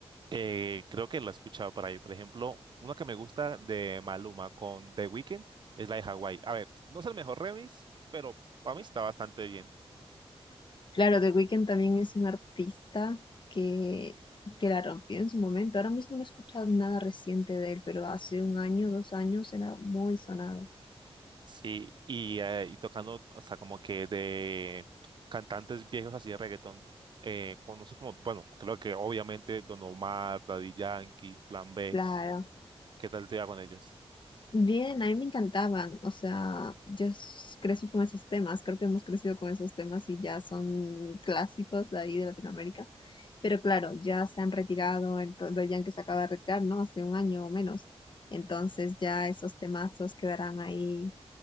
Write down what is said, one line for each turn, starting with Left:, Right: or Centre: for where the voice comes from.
Right: Eh, creo que la he escuchado por ahí. Por ejemplo, una que me gusta de Maluma con The Weeknd es la de Hawaii. A ver, no es el mejor remix, pero para mí está bastante bien.
Left: Claro, The Weeknd también es un artista que, que la rompió en su momento. Ahora mismo no he escuchado nada reciente de él, pero hace un año, dos años era muy sonado.
Right: Sí, y, eh, y tocando, o sea, como que de cantantes viejos así de reggaetón, eh, conoces como, bueno, creo que obviamente Don Omar, Daddy Yankee, Plan B,
Left: Claro.
Right: ¿qué tal te va con ellos?
Left: Bien, a mí me encantaban. O sea, yo s- crecí con esos temas. Creo que hemos crecido con esos temas y ya son clásicos de ahí de Latinoamérica. Pero claro, ya se han retirado, entonces ya que se acaba de retirar, ¿no? Hace un año o menos. Entonces ya esos temazos quedarán ahí